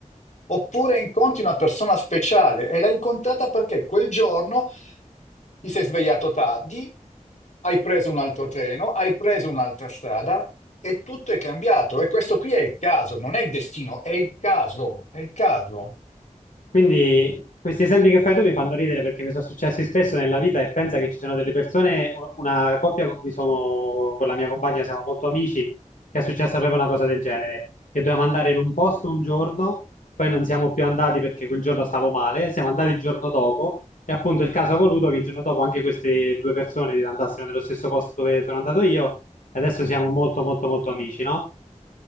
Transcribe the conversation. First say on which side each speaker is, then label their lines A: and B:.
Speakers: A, on the left (about 60°); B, on the left (about 80°).
A: Oppure incontri una persona speciale e l'hai incontrata perché quel giorno ti sei svegliato tardi, hai preso un altro treno, hai preso un'altra strada e tutto è cambiato. E questo qui è il caso, non è il destino, è il caso, è il caso.
B: Quindi questi esempi che fai tu mi fanno ridere perché mi sono successi spesso nella vita e pensa che ci sono delle persone, u- una coppia con cui sono, con la mia compagna siamo molto amici, che è successa proprio una cosa del genere, che dovevamo andare in un posto un giorno, poi non siamo più andati perché quel giorno stavo male, siamo andati il giorno dopo e appunto il caso ha voluto che il giorno dopo anche queste due persone andassero nello stesso posto dove sono andato io e adesso siamo molto molto molto amici, no?